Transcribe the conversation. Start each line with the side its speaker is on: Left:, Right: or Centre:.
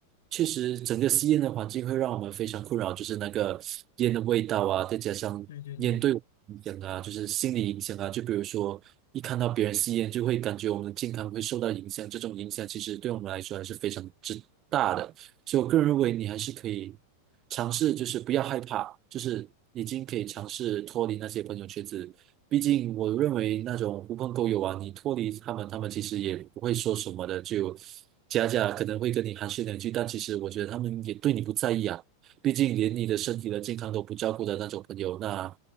Right: 确实整个吸烟的环境会让我们非常困扰，就是那个烟的味道啊，再加上烟对我们的影响啊，
Left: 对对对。
Right: 就是心理影响啊，就比如说一看到别人吸烟，就会感觉我们的健康会受到影响，这种影响其实对我们来说还是非常之大的。所以我个人认为你还是可以尝试，就是不要害怕，就是已经可以尝试脱离那些朋友圈子。毕竟我认为那种狐朋狗友啊，你脱离他们，他们其实也不会说什么的，就假假可能会跟你寒暄两句，但其实我觉得他们也对你不在意啊。毕竟连你的身体的健康都不照顾的那种朋友，那